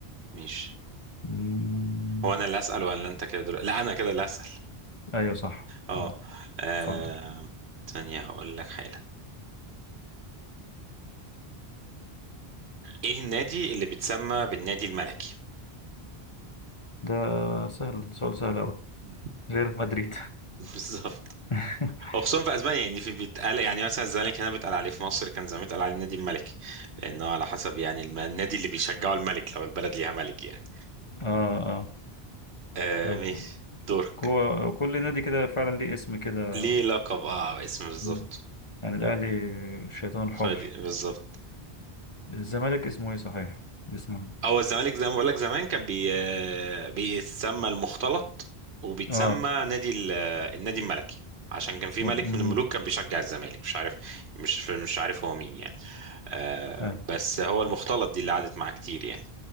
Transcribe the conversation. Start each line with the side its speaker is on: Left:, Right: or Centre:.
Right: ماشي
Left: مم،
Right: هو انا اللي اسال ولا انت كده دلوقتي لا انا كده اللي اسال
Left: أيوة صح
Right: اه
Left: مم،
Right: آه،
Left: اتفضل
Right: ثانيه هقول لك حالا ايه النادي اللي بيتسمى بالنادي الملكي
Left: ده سهل سؤال سهل أوي
Right: <laughs>
Left: ريال مدريد
Right: بالظبط
Left: <laughs>
Right: وخصوصا في اسبانيا يعني في بيتقال يعني مثلا الزمالك هنا بيتقال عليه في مصر كان زمان بيتقال عليه النادي الملكي لانه على حسب يعني الم- النادي اللي بيشجعه الملك لو البلد ليها ملك يعني
Left: اه اه
Right: آه
Left: طيب،
Right: ماشي دورك
Left: كو- كل نادي كده فعلا ليه اسم كده
Right: ليه لقب اه اسم بالظبط
Left: مم. يعني الأهلي الشيطان الحمر
Right: سعودي بالظبط
Left: الزمالك اسمه ايه صحيح اسمه
Right: هو الزمالك زي ما بقول لك زمان كان بي... آه، بيتسمى المختلط وبيتسمى
Left: إيه؟ اه
Right: نادي ال... آه، النادي الملكي عشان كان في
Left: و-
Right: ملك
Left: مم.
Right: من الملوك كان بيشجع الزمالك مش عارف مش مش عارف هو مين يعني آه
Left: اه
Right: بس هو المختلط دي اللي قعدت معاه كتير يعني